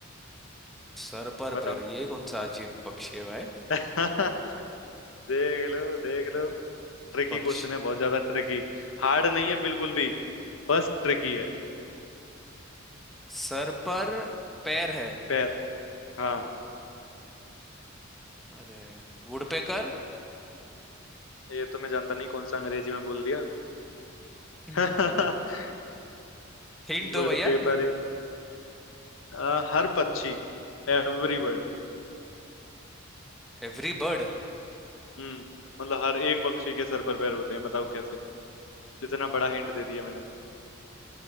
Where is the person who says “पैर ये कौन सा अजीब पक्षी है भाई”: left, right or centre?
Centre